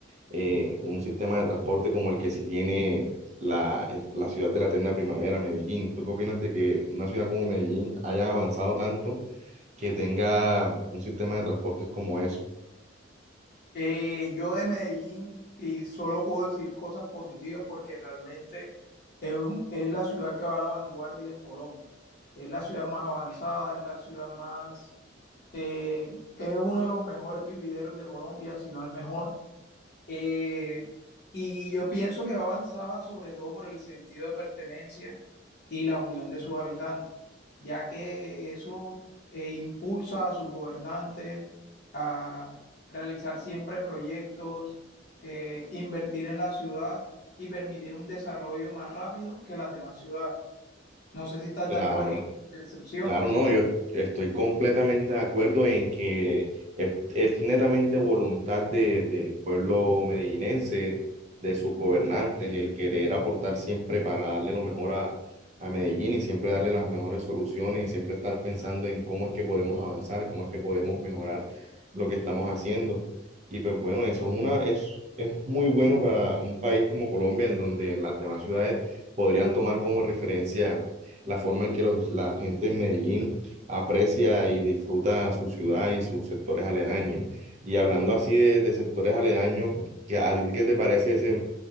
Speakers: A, on the right (about 35°); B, on the left (about 50°).
A: eh, un sistema de transporte como el que sí tiene la, eh, la ciudad de la eterna primavera, Medellín. ¿Tú qué opinas de que una ciudad como Medellín haya avanzado tanto que tenga un sistema de transportes como eso?
B: Eh, yo de Medellín y solo puedo decir cosas positivas porque realmente es, un- es la ciudad que va a la vanguardia en Colombia. Es la ciudad más avanzada, es la ciudad más... eh, es uno de los mejores vivideros de Colombia, si no el mejor. Eh, y yo pienso que va avanzada sobre todo por el sentido de pertenencia y la unión de sus habitantes, ya que eso eh, impulsa a sus gobernantes a realizar siempre proyectos, eh, invertir en la ciudad y permitir un desarrollo más rápido que las demás ciudades. No sé si estás
A: Claro.
B: de acuerdo con mi percepción.
A: Claro, no, yo estoy completamente de acuerdo en que es, es netamente voluntad de- del pueblo medellinense, de sus gobernantes, el querer aportar siempre para darle lo mejor a, a Medellín y siempre darle las mejores soluciones y siempre estar pensando en cómo es que podemos avanzar, cómo es que podemos mejorar lo que estamos haciendo. Y pues bueno, eso es una, es, es muy bueno para un país como Colombia, en donde las demás ciudades podrían tomar como referencia la forma en que los- la gente en Medellín aprecia y disfruta su ciudad y sus sectores aledaños. Y hablando así de, de sectores aledaños, ¿qué- ¿a ti qué te parece ese